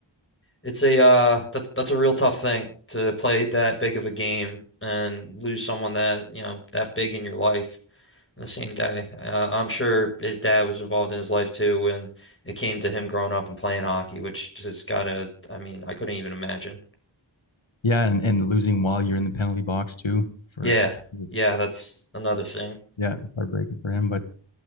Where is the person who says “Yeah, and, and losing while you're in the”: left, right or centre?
Left